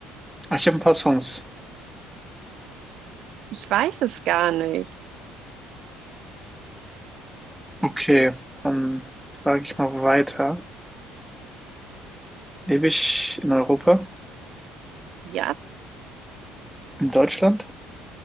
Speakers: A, in the centre; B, on the right (about 60°).
A: Ah, Ich habe ein paar Songs.
B: Ich weiß es gar nicht.
A: Okay, dann frage ich mal weiter. Lebe ich in Europa,
B: Ja,
A: in Deutschland?